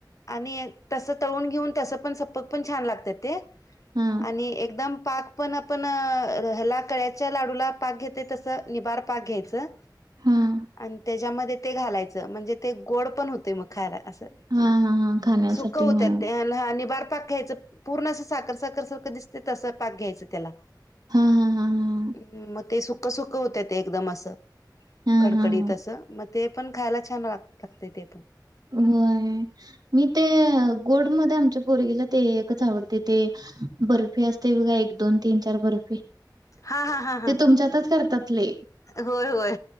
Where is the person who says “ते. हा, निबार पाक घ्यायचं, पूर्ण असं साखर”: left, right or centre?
Left